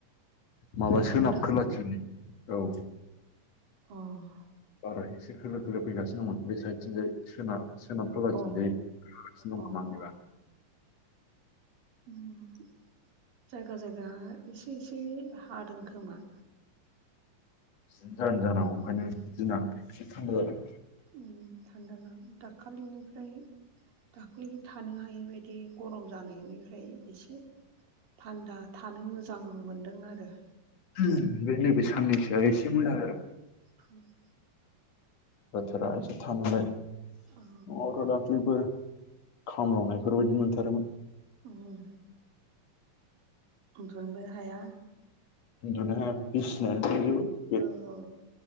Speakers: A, on the left (about 60°); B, on the right (about 80°).
A: माबा
B: हेलौ
A: सोनाब
B: नोंथां
A: खोलाथिं औ।
B: अ'।
A: बारा एसे खोलो खोलो फैगासिनो दंमोन बे साइडथिं जाय सोनाब सोनाब खोलाथिंजाय
B: अ
A: हागासिनो दं
B: अ
A: खोमा आंनिबा
B: अ उम जायगा जायगा इसे इसे हादों खोमा
A: बिदि जानादों जानांगौ ओंखायनो
B: उम
A: दिना एसे थान्दा जादों।
B: उम थान्दा जां दाखालिनिफ्राय- दाख्लै थानो हायैबायदि गरम जानायनिफ्राय इसे थान्दा थानो मोजां मोनदों आरो।
A: उम नैबे साननैसोया इसे मोजां जादों।
B: <inaudible>
A: बोथोरा इसे थांन मिलायदों
B: औ
A: मावथ' दाख्लिफोर खामलावनायफोरबायदि मोनथारोमोन
B: उम उन्दुनबो हाया
A: उन्दुनो हाया बिसिनायानो सिजोबो
B: औ